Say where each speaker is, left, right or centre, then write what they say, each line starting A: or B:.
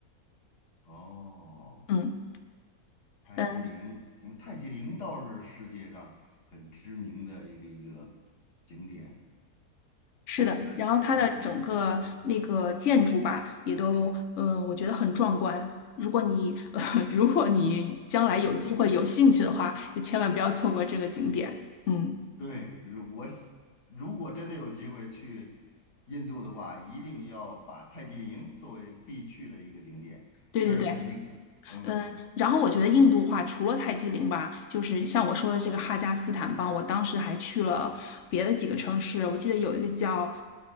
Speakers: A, on the left; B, on the left.
A: 哦，
B: 嗯
A: 泰姬陵，
B: 嗯，
A: 嗯泰姬陵倒是世界上很知名的一个一个景点，
B: 是的。
A: 确实他们。
B: 然后它的整个那个建筑吧，
A: 嗯。
B: 也都呃，我觉得很壮观。如果你 <laughs> 呃，如果你将来有机会有兴趣的话，就千万不要错过这个景点。嗯，
A: 对，如我喜如果真的有机会去印度的话，一定要把泰姬陵作为必去的一个景点，
B: 对对对。
A: 这是肯定的。嗯，
B: 嗯，然后我觉得印度话除了泰姬陵吧，就是像我说的这个哈加斯坦邦，我当时还去了别的几个城市，我记得有一个叫